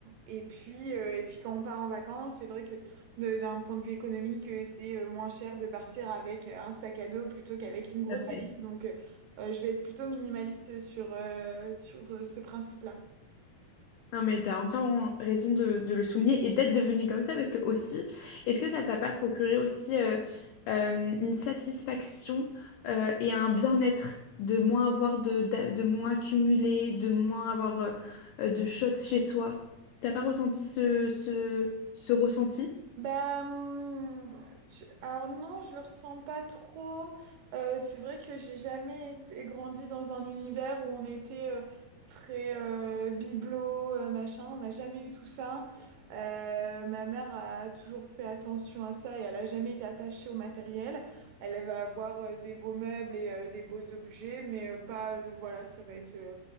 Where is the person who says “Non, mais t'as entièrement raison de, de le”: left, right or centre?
Left